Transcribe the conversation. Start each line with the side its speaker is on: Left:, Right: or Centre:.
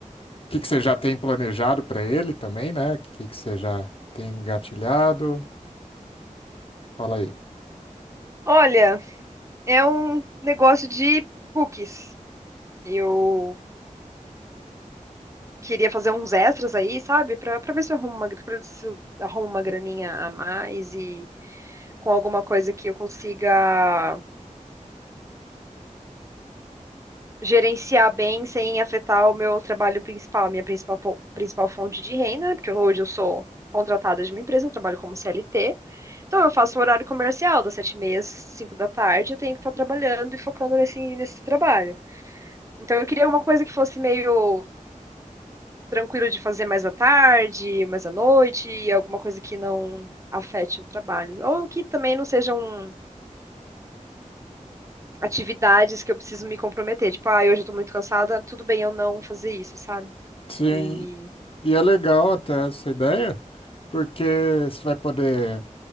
Left: que que você já tem planejado para ele também, né? O que que você já tem engatilhado? Fala aí.
Right: Olha, é um negócio de cookies. Eu queria fazer uns extras aí, sabe? Pra, pra ver se eu arrumo uma, pra ver se eu arrumo uma graninha a mais e com alguma coisa que eu consiga gerenciar bem sem afetar o meu trabalho principal, a minha principal, po- principal fonte de renda, né? Porque hoje eu sou contratada de uma empresa, eu trabalho como CLT. Então eu faço o horário comercial das sete e meia às 5 da tarde, eu tenho que estar trabalhando e focando nesse, nesse trabalho. Então eu queria alguma coisa que fosse meio tranquilo de fazer mais à tarde, mais à noite, alguma coisa que não afete o trabalho. Ou que também não sejam atividades que eu preciso me comprometer. Tipo, ah, hoje eu tô muito cansada, tudo bem eu não fazer isso, sabe?
Left: Sim,
Right: E...
Left: e é legal até essa ideia, porque você vai poder,